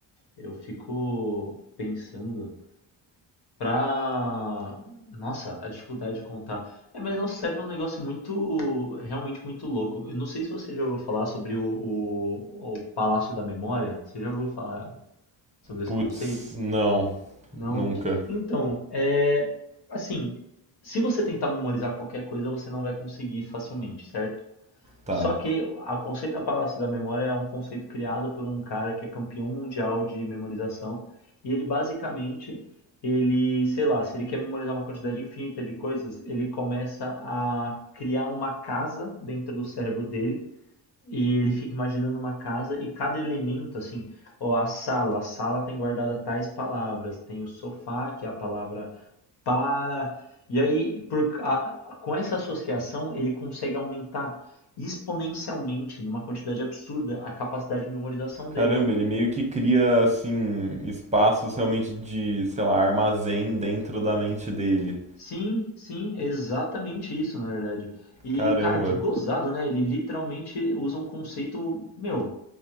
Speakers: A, on the left (about 60°); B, on the right (about 15°).
A: eu fico pensando Pra. Nossa, a dificuldade de contar. É, mas nosso cérebro é um negócio muito, realmente muito louco. Eu não sei se você já ouviu falar sobre o, o, o Palácio da Memória. Você já ouviu falar sobre esse
B: Putz,
A: conceito?
B: não,
A: Não.
B: nunca.
A: Então, é, assim, se você tentar memorizar qualquer coisa, você não vai conseguir facilmente, certo?
B: Tá.
A: Só que o conceito da Palácio da Memória é um conceito criado por um cara que é campeão mundial de memorização e ele basicamente ele, sei lá, se ele quer memorizar uma quantidade infinita de coisas, ele começa a criar uma casa dentro do cérebro dele e ele fica imaginando uma casa e cada elemento assim, ó, a sala, a sala tem guardada tais palavras, tem o sofá, que é a palavra para. E aí, por, a- a- com essa associação, ele consegue aumentar exponencialmente, numa quantidade absurda, a capacidade de memorização
B: Caramba,
A: dele.
B: ele meio que cria assim espaços realmente de, sei lá, armazém dentro da mente dele.
A: Sim, sim, exatamente isso, na verdade. E,
B: Caramba.
A: cara, que gozado, né? Ele literalmente usa um conceito, meu,